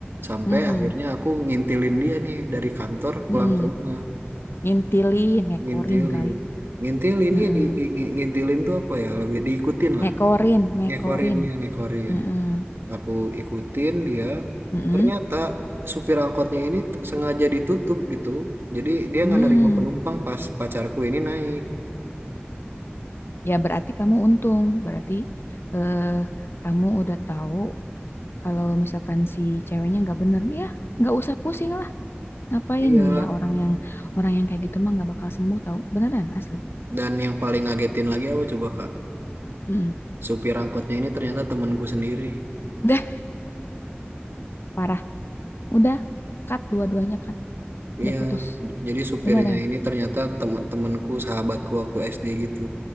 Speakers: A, on the right (about 65°); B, on the left (about 65°).
A: sampai
B: mm
A: akhirnya aku ngintilin dia nih dari kantor pulang
B: Mm.
A: ke rumah
B: Ngintilin, ngekorin
A: ngintilin
B: kali.
A: ngintilin
B: Mm-mm.
A: ya di, di- ngintilin tuh apa ya lebih diikutin lah
B: Ngekorin, ngekorin.
A: ngekorin ya ngekorin
B: Mm-mm,
A: aku ikutin dia
B: mm-mm,
A: ternyata supir angkotnya ini t- sengaja ditutup gitu jadi dia
B: mm.
A: nggak nerima penumpang pas pacarku ini naik
B: Ya, berarti kamu untung. Berarti eh, kamu udah tahu kalau misalkan si ceweknya nggak bener, ya nggak usah pusing lah. Ngapain
A: iya
B: nih ya orang yang orang yang kayak gitu mah nggak bakal sembuh tahu. Beneran asli.
A: dan yang paling ngagetin lagi apa coba kak
B: Mm-mm.
A: supir angkotnya ini ternyata temanku sendiri
B: Udah parah. Udah cut dua-duanya cut.
A: iya
B: Udah putus.
A: j- jadi supirnya
B: Beneran.
A: ini ternyata temen temanku sahabatku waktu SD gitu